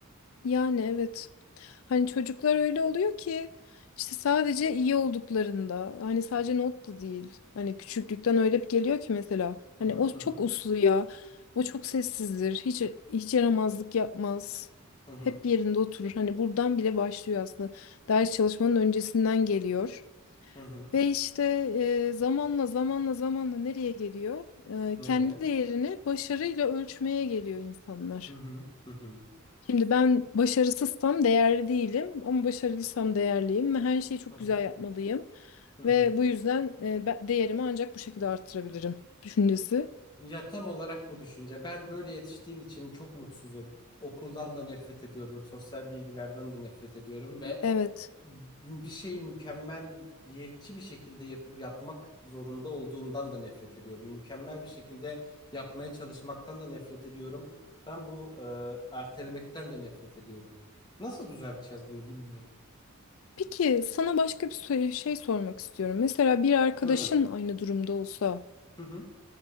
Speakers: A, on the left (about 65°); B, on the left (about 20°).
A: Yani evet. Hani çocuklar öyle oluyor ki işte sadece iyi olduklarında hani sadece not da değil. Hani küçüklükten öyle bir geliyor ki mesela
B: Hı
A: hani
B: hı,
A: o
B: hı hı,
A: çok uslu ya. O çok sessizdir. Hiç hiç yaramazlık yapmaz.
B: hı hı,
A: Hep yerinde oturur. Hani buradan bile başlıyor aslında. Ders çalışmanın öncesinden geliyor.
B: hı hı.
A: Ve işte e, zamanla zamanla zamanla nereye geliyor? E,
B: Nereye?
A: kendi değerini başarıyla ölçmeye geliyor insanlar.
B: Hı hı, hı hı,
A: Şimdi ben başarısızsam değerli değilim ama başarılıysam değerliyim ve her şeyi çok
B: hı hı,
A: güzel yapmalıyım.
B: hı hı.
A: Ve bu yüzden e, ben değerimi ancak bu şekilde arttırabilirim düşüncesi.
B: Ya tam olarak bu düşünce. Ben böyle yetiştiğim için çok mutsuzum. Okuldan da nefret ediyorum, sosyal bilgilerden de nefret ediyorum ve
A: Evet.
B: e, bir şeyi mükemmelliyetçi bir şekilde yapıp yapmak zorunda olduğumdan da nefret ediyorum. Mükemmel bir şekilde yapmaya çalışmaktan da nefret ediyorum. Ben bu e, ertelemekten de nefret ediyorum. Nasıl düzelteceğiz bunu bilmiyorum.
A: Peki sana başka bir soru- şey sormak istiyorum. Mesela bir arkadaşın
B: Buyurun.
A: aynı durumda olsa
B: Hı hı.